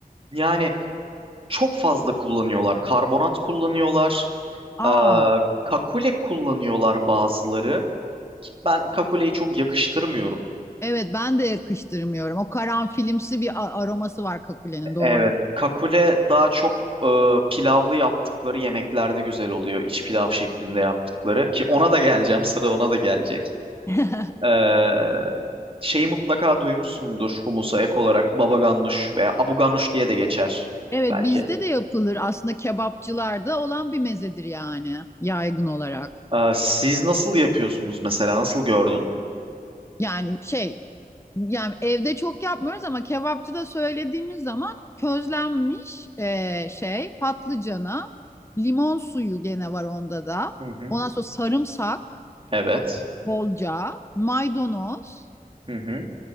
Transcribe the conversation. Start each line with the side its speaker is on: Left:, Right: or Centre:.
Right: yani çok fazla kullanıyorlar. Karbonat kullanıyorlar.
Left: Aa,
Right: Aa, kakule kullanıyorlar bazıları. Ki Ben kakuleyi çok yakıştırmıyorum.
Left: evet ben de yakıştırmıyorum. O karanfilimsi bir a- aroması var kakulenin doğru.
Right: Evet. Kakule daha çok e, pilavlı yaptıkları yemeklerde güzel oluyor. İç pilav şeklinde yaptıkları. Ki ona da geleceğim. Sıra ona da gelecek.
Left: <laughs>
Right: Ee, şeyi mutlaka duymuşsundur humusa ek olarak baba ganoush veya abu ganoush diye de geçer
Left: Evet
Right: belki.
Left: bizde de yapılır. Aslında kebapçılarda olan bir mezedir yani yaygın olarak.
Right: Ee, siz nasıl yapıyorsunuz mesela? Nasıl gördün?
Left: Yani şey yani evde çok yapmıyoruz ama kebapçıda söylediğimiz zaman közlenmiş e, şey patlıcana limon suyu gene var onda da.
Right: Hı hı.
Left: Ondan sonra sarımsak
Right: Evet.
Left: bolca, maydanoz,
Right: Hı hı.